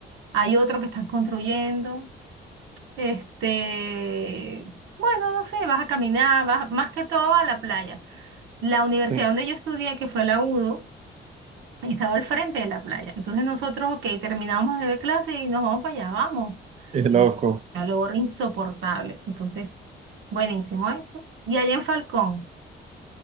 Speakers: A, on the right (about 80°); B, on the right (about 35°).
A: Hay otro que están construyendo. Este, bueno, no sé, vas a caminar, vas más que todo a la playa. La universidad
B: Sí.
A: donde yo estudié, que fue la UDO, estaba al frente de la playa. Entonces nosotros, ok, terminamos de ver clase y nos vamos para allá, vamos.
B: Qué
A: Qué
B: loco.
A: Calor insoportable. Entonces, buenísimo eso. Y allá en Falcón,